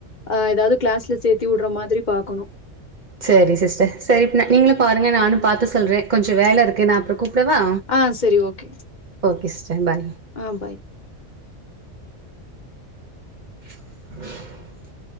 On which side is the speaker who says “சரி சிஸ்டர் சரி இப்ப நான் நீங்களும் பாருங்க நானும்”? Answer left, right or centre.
Right